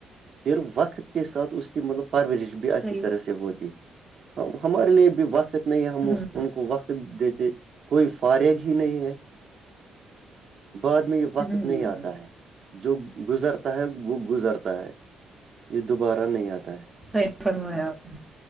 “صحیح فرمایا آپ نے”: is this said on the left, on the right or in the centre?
Centre